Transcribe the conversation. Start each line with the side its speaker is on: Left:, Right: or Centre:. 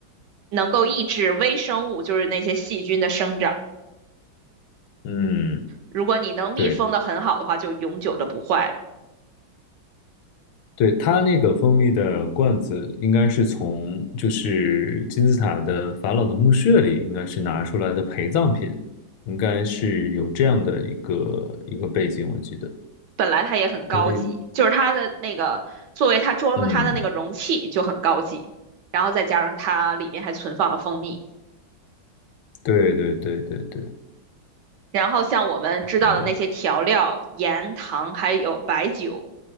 Right: 能够抑制微生物，就是那些细菌的生长。
Left: 嗯，
Right: 如果你能密封的很好的话，
Left: 对
Right: 就永久的不坏了。
Left: 对，它那个蜂蜜的罐子应该是从就是金字塔的法老的墓穴里应该是拿出来的陪葬品，应该是有这样的一个一个背景，我记得，
Right: 本来它也很高级，
Left: 相当于，
Right: 就是它的那个作为它装的它的那个容器就很高级，
Left: 嗯，
Right: 然后再加上它里面还存放了蜂蜜。
Left: 对对对对对，
Right: 然后像我们知道的那些调料、
Left: 嗯
Right: 盐、糖还有白酒，